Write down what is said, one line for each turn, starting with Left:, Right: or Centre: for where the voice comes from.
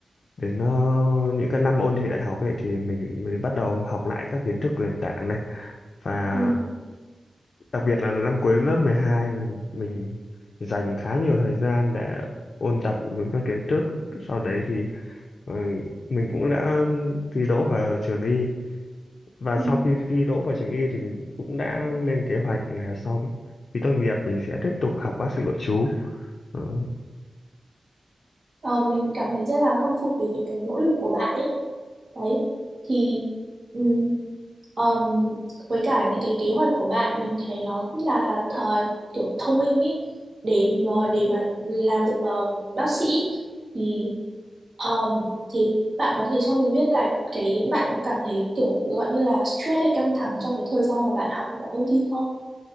Left: đến uh, những cái năm ôn thi đại học ấy thì mình mới bắt đầu học lại các kiến thức nền tảng này và
Right: Ừ.
Left: đặc biệt là năm cuối lớp 12 là mình dành khá nhiều thời gian để ôn tập những các kiến thức sau đấy thì ờ, mình cũng đã thi đỗ vào trường y và
Right: Ừ.
Left: sau khi thi đỗ vào trường y thì mình cũng đã lên kế hoạch là sau khi tốt nghiệp mình sẽ tiếp tục học bác sĩ nội trú Đó.
Right: Ờ, mình cảm thấy rất là khâm phục về những cái nỗ lực của bạn ấy đấy thì ừ, Ờm, với cả những cái kế hoạch của bạn mình thấy nó rất là thờ, kiểu thông minh ý để mà để mà làm được ờ, bác sĩ thì ờm, thì bạn có thể cho mình biết là cái bạn có cảm thấy kiểu gọi như là stress hay căng thẳng trong cái thời gian mà bạn học và ôn thi không?